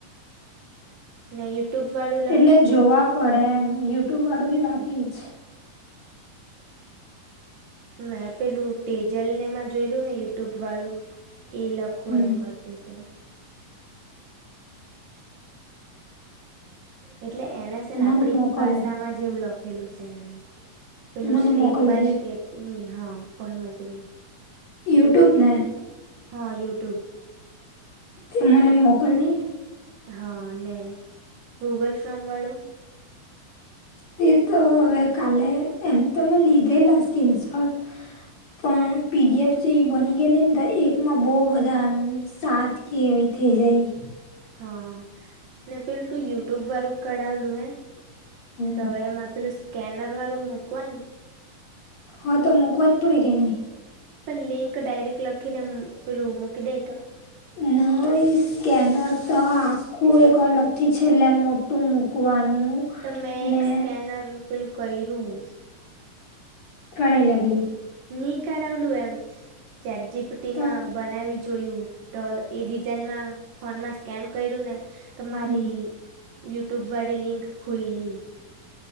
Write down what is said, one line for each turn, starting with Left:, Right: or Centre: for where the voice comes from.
Right: નય. ય્યુફાળું.
Left: એટલે જોવા પડે એમ યુટ્યુબ વાળું બી બાકી જ છે.
Right: મેં પેલું ટેજલને એમાં જોયલું ને યુટ્યુબ વાળું. એ લખું
Left: હમ
Right: એમ કરતી છે. એટલે એને છે ને
Left: મને
Right: આપડી
Left: મોકલ
Right: ભાષામાં જેવું લખેલું છે એને. પેલું
Left: મને
Right: સ્ટેપ
Left: મોકલજે
Right: બાય સ્ટેપ ની હા ભય મોકલું.
Left: યુટ્યુબ ને.
Right: હા યુટ્યુબ.
Left: તે મને મોકલ ને.
Right: હા અનેને ગૂગલ ફ્રોમ વાળું.
Left: તે તો હવે કાલે એમ તો મેં લીધેલા સ્ક્રીનશોટ. પણ પીડીએફ જે બની ગયેલી ને તો એકમાં બહુ બધા સાત કે. થઈ જાય.
Right: હા પેલું તું યુટ્યુબ વારું કરઢાવલું હે.
Left: હમ
Right: તો એમાં પેલું સ્કેનર વાળું મૂકવા.
Left: હા તો મૂકવા જ પડે કે નહી.
Right: પણ લિંક ડાયરેક્ટ લખીને પેલું મૂકી દે તો?
Left: નય. સ્કેનર તો આખું એક અલગ થી છેલ્લે મોટું મૂકવાનું.
Right: તો મેં એક
Left: ને
Right: સ્કેનર પેલું કર્યું.
Left: કળાય લાવી.
Right: ની કાઢાવલું એમ ચટજીીપટી
Left: તો
Right: માં. બનાવી જોયું તો એ બીજામાં ફોનમાં સ્કેન કર્યું ને. તમારી
Left: હમ.
Right: યુટ્યુબ વાળી લિંક ખોઈલી.